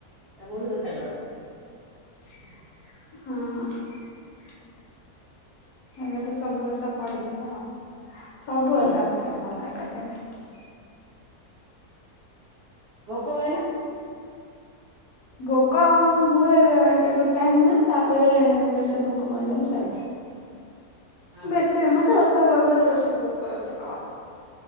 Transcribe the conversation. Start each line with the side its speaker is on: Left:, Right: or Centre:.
Right: ବହୁତ ଓଷା ଗଲା।
Left: ହଁ। ଏବେ ତ ସବୁ ବର୍ଷ ପଡିଯିବ ଆଉ। ସବୁ
Right: ହୁଁ
Left: ଓଷା ମତେ ଭଲ ଲାଗେ। ଦେ <unintelligible>
Right: ଭୋକ ହୁଏନା?
Left: ଭୋକ ହୁଏ ଗ ଗୋଟେ ଟାଇମ ହୁଏ ତାପରେ ସେ ଭୋକ ମରିଗଲେ ସରିଲା।
Right: ହଁ
Left: ବେଶୀ ମତେ ତା ବାବା ର ଭୋକ ବେଶୀ ଏତେ କଣ?